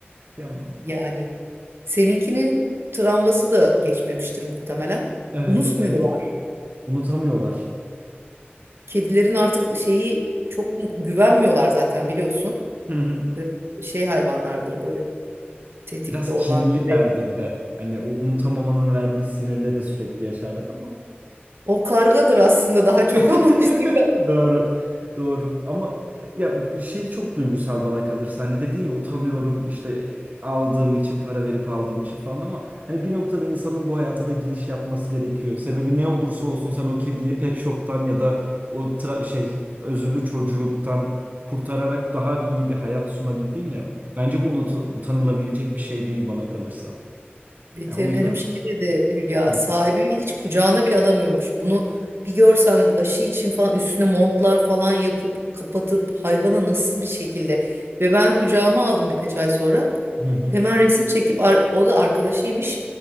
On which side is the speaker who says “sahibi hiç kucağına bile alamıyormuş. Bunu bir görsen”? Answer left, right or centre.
Right